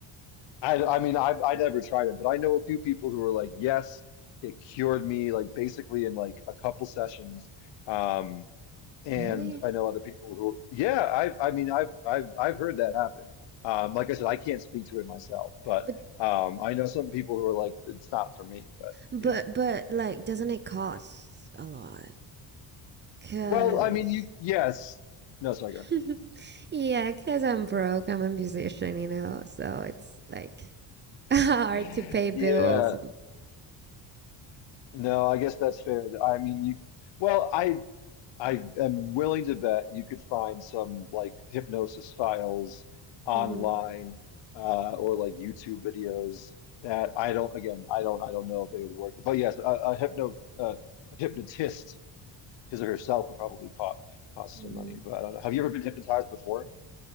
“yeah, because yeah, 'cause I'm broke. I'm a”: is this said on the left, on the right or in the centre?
Right